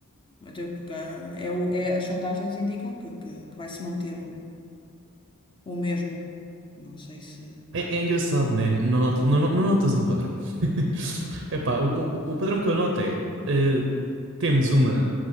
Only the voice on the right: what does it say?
É, é engraçado, né? Não, nota- não, não notas um padrão. <laughs> Epá, o, o, o padrão que eu noto é eh, temos uma